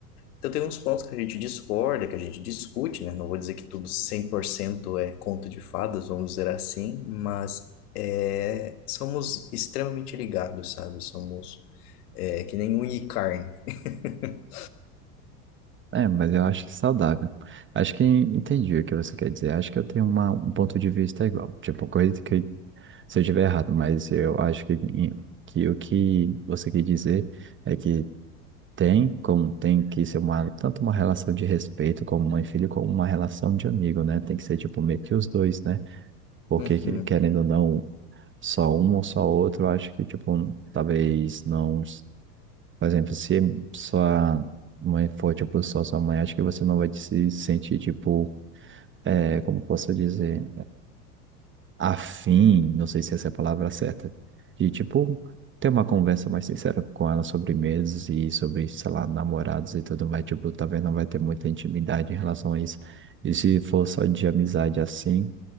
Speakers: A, on the left (about 70°); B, on the right (about 25°).
A: Então, tem uns pontos que a gente discorda, que a gente discute, né? Não vou dizer que tudo 100% é conto de fadas, vamos dizer assim, mas é, somos extremamente ligados, sabe? Somos é, que nem unha e carne. <laughs>
B: É, mas eu acho que é saudável. Acho que entendi o que você quer dizer. Acho que eu tenho uma, um ponto de vista igual. Tipo, coisa que se eu estiver errado, mas eu acho que, que o que você quer dizer é que tem como tem que ser uma, tanto uma relação de respeito como mãe e filho, como uma relação de amigo, né? Tem que ser, tipo, meio que os dois, né? Porque,
A: Uhum.
B: que- querendo ou não, só um ou só outro, eu acho que, tipo, talvez não... s- Por exemplo, se sua mãe for, tipo, só sua mãe, acho que você não vai se sentir, tipo, é, como posso dizer? afim, não sei se essa é a palavra certa, de tipo ter uma conversa mais sincera com ela sobre meses e sobre, sei lá, namorados e tudo mais, tipo, talvez não vai ter muita intimidade em relação a isso. E se for só de amizade assim,